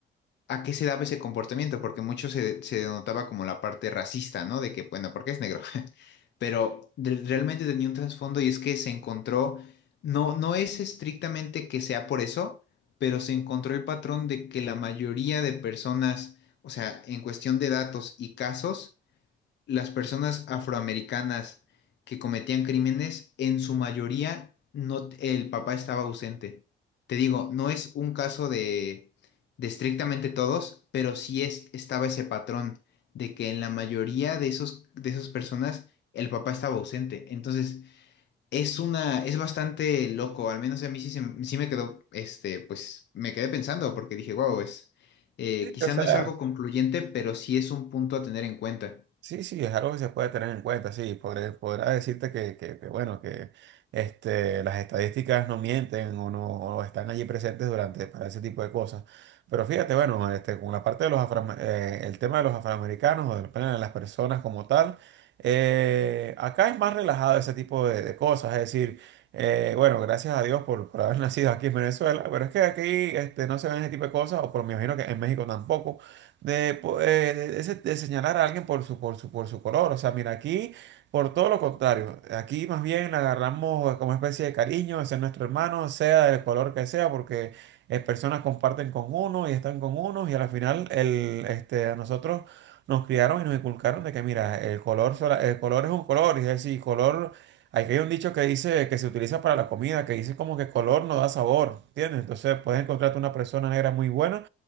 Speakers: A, on the left (about 60°); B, on the right (about 65°).
A: a qué se daba ese comportamiento, porque mucho se, se denotaba como la parte racista, ¿no? De que, bueno, porque es negro? pero de- realmente tenía un trasfondo y es que se encontró, no, no es estrictamente que sea por eso, pero se encontró el patrón de que la mayoría de personas, o sea, en cuestión de datos y casos, las personas afroamericanas que cometían crímenes, en su mayoría no, t- el papá estaba ausente. Te digo, no es un caso de, de estrictamente todos, pero sí es, estaba ese patrón de que en la mayoría de esos, de esas personas el papá estaba ausente. Entonces, es una, es bastante loco, al menos a mí sí, se- m- sí me quedó, este, pues me quedé pensando porque dije, wow, es, eh,
B: sí,
A: quizá
B: o sea,
A: no es algo concluyente, pero sí es un punto a tener en cuenta.
B: Sí, sí, es algo que se puede tener en cuenta, sí, podré, podrá decirte que, que- que, bueno, que este, las estadísticas no mienten o no o están allí presentes durante para ese tipo de cosas. Pero fíjate, bueno, este, con la parte de los afroam- eh, el tema de los afroamericanos o del plano de las personas como tal, eh, acá es más relajado ese tipo de, de cosas, es decir, eh, bueno, gracias a Dios por, por haber <laughs> nacido aquí en Venezuela, pero es que aquí este, no se ven ese tipo de cosas, o por me imagino que en México tampoco de, po- eh, de- de de señalar a alguien por su, por su, por su color. O sea, mira, aquí por todo lo contrario, aquí más bien le agarramos como especie de cariño, ese es nuestro hermano, sea del color que sea, porque eh, personas comparten con uno y están con uno y al final el, este, a nosotros nos criaron y nos inculcaron de que mira, el color, sola- el color es un color, es decir, color... Aquí hay un dicho que dice que se utiliza para la comida, que dice como que color no da sabor, ¿entiendes? Entonces puedes encontrarte una persona negra muy buena